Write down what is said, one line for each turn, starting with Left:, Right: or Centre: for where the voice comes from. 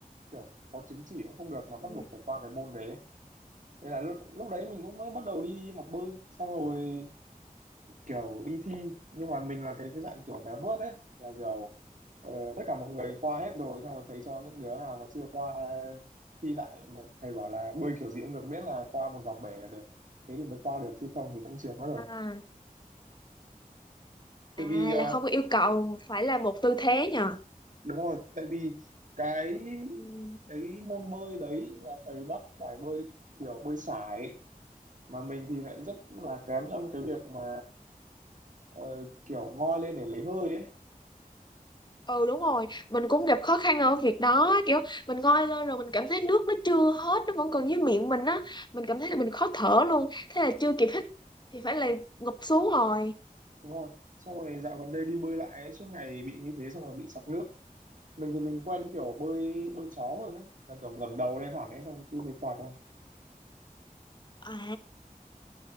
Right: kiểu có chứng chỉ cũng không được mà bắt
Left: Ừ.
Right: buộc phải qua cái môn đấy ấy. Thế là lúc, lúc đấy mình cũng mới bắt đầu đi học bơi xong rồi kiểu đi thi nhưng mà mình là cái cái dạng kiểu vé vớt đấy là kiểu ờ, tất cả mọi người qua hết rồi xong rồi thầy cho những đứa nào mà chưa qua thi lại mà thầy bảo là bơi kiểu gì cũng được miễn là qua một vòng bể là được thế thì mới qua được chứ không thì cũng trượt mất rồi
Left: À,
Right: tại
Left: à
Right: vì ờ,
Left: là không có yêu cầu phải là một tư thế nhờ.
Right: đúng rồi tại vì cái
Left: Ừ.
Right: cái môn bơi đấy là thầy bắt phải bơi kiểu bơi sải mà mình thì lại rất là kém trong cái việc mà ờ, kiểu ngoi lên để lấy hơi ấy
Left: ừ đúng rồi mình cũng gặp khó khăn ở việc đó kiểu mình ngoi lên rồi mình cảm thấy nước nó chưa hết nó vẫn còn dưới miệng mình á mình cảm thấy là mình khó thở luôn thế là chưa kịp hít thì phải là ngụp xuống rồi
Right: đúng không xong rồi dạo gần đây đi bơi lại ấy, suốt ngày bị như thế xong rồi bị sặc nước mình thì mình quen kiểu bơi bơi chó hơn ấy là kiểu ngẩng đầu lên hẳn ấy xong rồi cứ bị quạt ra
Left: à